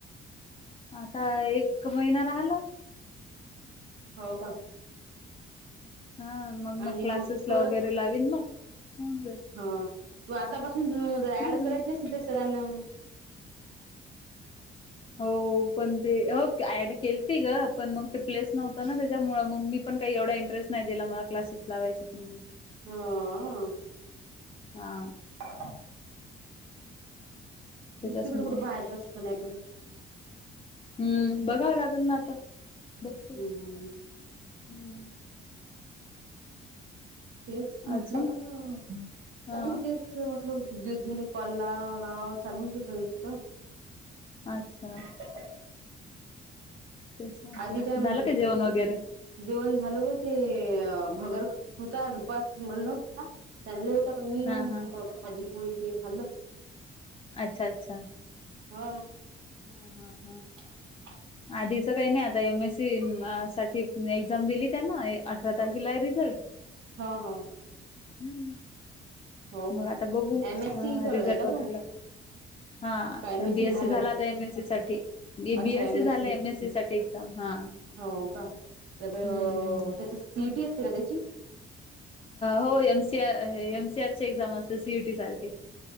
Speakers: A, on the left; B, on the right.
A: आता एक महिना राहला.
B: हो का
A: हा मग
B: आणि
A: मग क्लासेस
B: परत
A: ला वगैरे लावीन मग, होऊन जाईल.
B: हा तू आतापासून जरा
A: हम्म
B: ऍड करायचेस नं त्या सरानां,
A: हो पण ते अप ते ऍड केलीती गं पण मग ते प्लेस नव्हतं ना त्यांच्यामुळं, मग मी पण काही एवढा इंटरेस्ट नाही दिला मला क्लासेस लावायचेत म्हणून.
B: हो... अ.... हो.
A: हा
B: <unintelligible>
A: त्याच्याचमुळ
B: दुसरीकड कुठं पाहायचं असतं नाही तर,
A: हूं.. बघावं लागेल ना आता, बघतेय...
B: हम्म
A: हूं...
B: तेच म्हटलं,
A: अजून हा
B: काय होते. तेच म्हटलं किती दिवस झाले, कॉला लावाव- लावाव चालूच होतं नुसतं.
A: अच्छा!
B: <unintelligible>
A: तेच म्हटलं
B: आधी काय
A: झालं
B: म्हणते
A: का जेवण वगैरे.?
B: जेवण झालं पा ते भगर होता आज उपास म्हणून. आ.... त्यांनला होता पण मी मंग
A: हा हा
B: भाजी पोळी ते खाल्लं.
A: अच्छा अच्छा!
B: हा
A: हा. हा. हा.
B: <inaudible>
A: आधीचं काही नाही, आता एम एससी साठी एक्झाम दिली त्यांना, अठरा तारखेला आहे रिझल्ट.
B: हा, हा.
A: हम्म.
B: हो
A: मग
B: का
A: आता बघू,
B: एम एस
A: हा
B: सी करत
A: रिझल्ट
B: आहे का
A: वगैरेला,
B: तू
A: हा
B: का एम एस
A: बीएससी
B: सी झालं
A: झाल आता एमएससी साठी, बीएस
B: अच्छा एम
A: सी
B: एस
A: झालं एमएससी साठी एक्झाम हा.
B: हो का, तर
A: हम्म हम्म
B: त्याची सीइटी असते का त्याची?
A: हो एमसीआर, एमसीआर ची एक्झाम असते सीइटी सारखी.